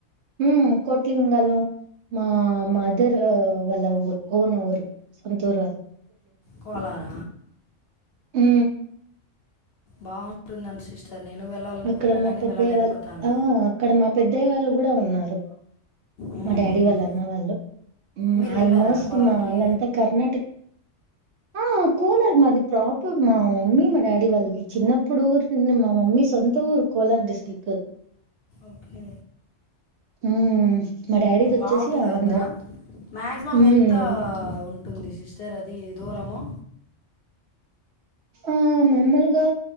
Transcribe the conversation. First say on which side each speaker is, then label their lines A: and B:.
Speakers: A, on the right (about 65°); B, on the left (about 60°).
A: హు కోట్లిలింగలు మా మదర్ వాళ్ళ ఓన్ఊరు సొంతూరు అది
B: కోలార
A: హు
B: బాగుంటుందని సిస్టర్ నేను వెళ్ళాలనుకుంటా
A: అక్కడ మా
B: కానీ
A: పెద్ద
B: వెళ్ళలేకపోతా
A: వాళ్ళ
B: అన్న
A: ఆ అక్కడ మా పెద్దయ్య వాళ్ళు కూడా ఉన్నారు
B: మ్మ్.
A: మా డాడీ
B: మ్మ్.
A: వాళ్ళు అన్న వాళ్ళు
B: మీరు
A: ఆల్మోస్ట్
B: వెళ్ళారా కోలార్కి
A: మా వాళ్ళంతా కర్ణాటక ఆ కోలరు మాది ప్రాప్ల మా మమ్మీ మా డాడీ వాళ్ళు చిన్నప్పుడు ఊరున్న మా మమ్మీ సొంత త్త ఊరు కోలార్ డిస్ట్రక్ట్
B: ఓకే
A: మ్మ్ మా డాడీది వచ్చేసి
B: బాగుంటుంది
A: ఆంధ్ర
B: కదా మాక్సిమం
A: మ్మ్
B: ఎంత ఉంటుంది సిస్టర్ అది దూరము
A: ఆ మామూలుగా